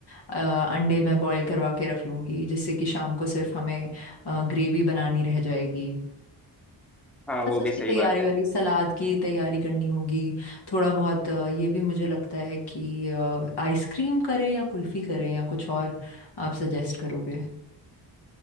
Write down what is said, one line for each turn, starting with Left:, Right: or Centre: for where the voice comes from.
Left: अ, अंडे मैं बॉईल करवा के रख लूंगी जिससे कि शाम को सिर्फ हमें ग्रेवी बनानी रह जाएगी
Centre: हाँ
Left: बस
Centre: वो
Left: उसकी
Centre: भी सही
Left: तैयारी
Centre: बात है
Left: वारी सलाद की तैयारी करनी होगी थोड़ा बहुत अ, ये भी मुझे लगता है कि आइसक्रीम करें या कुल्फी करें या कुछ और आप सजेस्ट करोगे